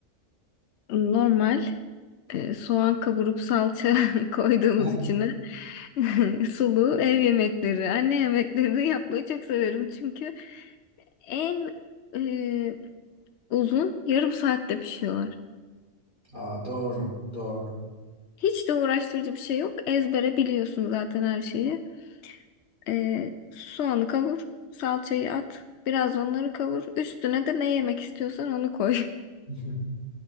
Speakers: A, on the left (about 65°); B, on the right (about 35°).
A: normal e, soğan kavurup salça <laughs> koyduğumuz
B: <laughs>
A: içine <laughs> sulu ev yemekleri, anne yemeklerini yapmayı çok severim çünkü en e, uzun yarım saatte pişiyorlar.
B: Aa, doğru. Doğru.
A: Hiç de uğraştırıcı bir şey yok. Ezbere biliyorsun zaten her şeyi. Ee, soğanı kavur, salçayı at, biraz onları kavur. Üstüne de ne yemek istiyorsan onu koy.
B: <laughs>